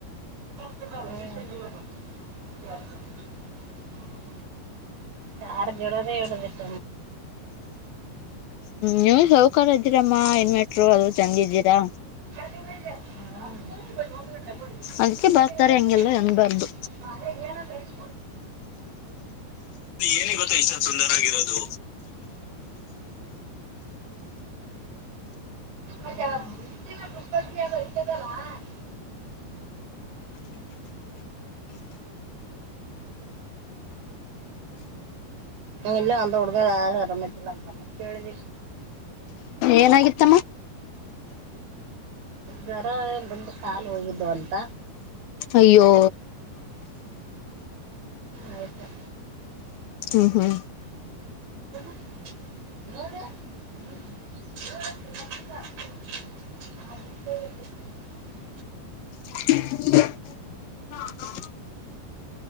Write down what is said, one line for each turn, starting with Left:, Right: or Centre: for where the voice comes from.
Right: ಹ ಚಾರ್ಜುರದ ಇಡು ಬಿಟ್ಟ
Left: ಹ್ಮ ನೀವ್ ಸೌಕಾರ ಇದ್ದೀರಮ್ಮ ಏನ್ಮಟರು ಅದು ಚಂಗಿದ್ದೀರಾ
Right: ಹ
Left: ಅದಕ್ಕೆ
Right: ಅದ
Left: ಬರ್ತಾರೆ ಹೆಂಗೆಲ್ಲ ಅನ್ಬಾರ್ದು ಏನ ಗೊತ್ತಾ ಇಷ್ಟ ಸುಂದರ ಆಗಿರೋದು
Right: ಮತ್ತೆುಬಜಿಾಗ ಇರ್ತದಲ್ಲ <inaudible> <inaudible> ಇಲ್ಲ ಅಂತಡುರಲ್ಲ ಅಂತ ಮಳ.
Left: ಏನಾಗಿತ್ತಮ್ಮ.
Right: ಗರ ಬಂದು ಕಾಲು ಹೋಗಿದ್ದು ಅಂತ.
Left: ಅಯ್ಯೋ.
Right: ಆಯ್ತಾ.
Left: ಹ್ಮ್ ಹ್ಮ್.
Right: <inaudible> <inaudible>
Left: <inaudible>